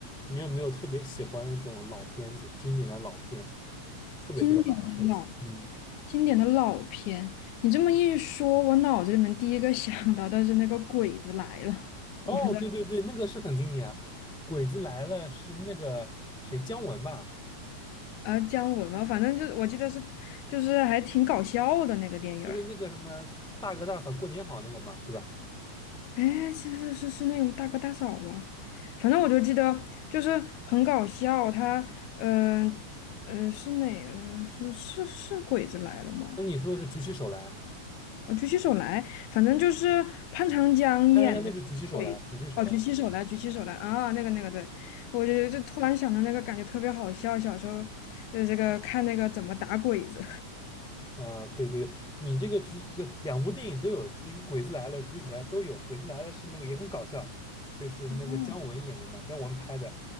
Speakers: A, in the centre; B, on the left.
A: 你有没有特别喜欢的那种老片子，经典的老片，特别特别老的片子？
B: 经典的老
A: 嗯，
B: 经典的老片，你这么一说，我脑子里面第一个想到的是那个《鬼子来了》，
A: 哦，
B: 我不知道，
A: 对对对，那个是很经典啊，《鬼子来了》是那个谁姜文吧？
B: 呃，姜文嘛，反正就是我记得是，就是还挺搞笑的那个电影儿。
A: 就是那个什么大哥大嫂过年好那个嘛，对吧？
B: 哎，其实是是那个大哥大嫂吗？反正我就记得就是很搞笑，他嗯呃，呃是哪个是是是鬼子来了吗？
A: 那你说是举起手来，
B: 我举起手来，反正就是潘长江演的，
A: 他让人家那是举起手来，
B: 鬼。
A: 举起手来。
B: 哦，举起手来，
A: 嗯
B: 举起手来啊，那个那个，对，我就就突然想到那个，感觉特别好笑。小时候，呃，这个看那个怎么打鬼子。
A: 啊，对对对，你这个举这两部电影都有，一个《鬼子来了》《举手来》都有，《鬼子来了》是那个也很搞笑，就是那个姜文演的嘛，
B: 哦
A: 姜文拍的，